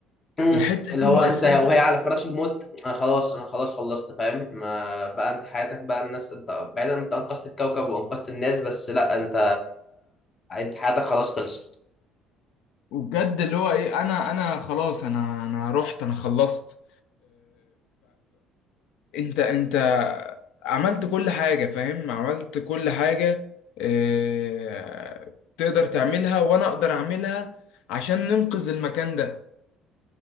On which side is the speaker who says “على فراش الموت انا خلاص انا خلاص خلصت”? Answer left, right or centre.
Left